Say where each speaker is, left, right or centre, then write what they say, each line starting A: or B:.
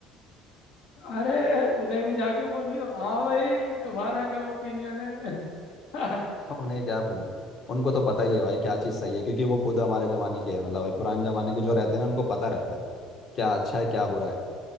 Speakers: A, on the left; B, on the left.
A: अरे उन्हें भी जाके बोलियो हाँ भाई तुम्हारा क्या ओपिनियन है <laughs>
B: तो उन्हें क्या पू- उनको तो पता ही है भाई क्या चीज़ सही है क्योंकि वो खुद हमारे ज़माने के हैं मतलब भाई पुराने ज़माने के जो रहते हैं ना उनको पता रहता है क्या अच्छा है क्या बुरा है